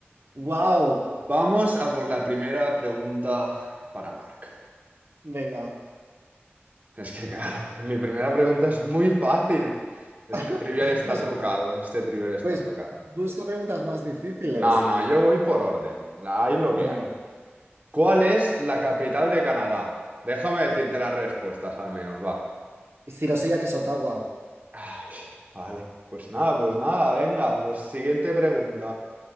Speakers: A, on the right; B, on the right.
A: Wow.
B: vamos a por la primera pregunta para Mark.
A: Venga.
B: Es que claro, mi primera pregunta es muy fácil. Este
A: <laughs>
B: trivial está
A: Pues
B: trucado, este trivial está
A: Pues
B: trucado.
A: busca preguntas más difíciles.
B: No, no, yo voy por orden. Hay lo que
A: Venga.
B: hay. ¿Cuál es la capital de Canadá? Déjame decirte las respuestas al menos, va.
A: Si lo sé, ya que es Ottawa.
B: Ay, vale, pues nada, pues nada, venga, pues siguiente pregunta.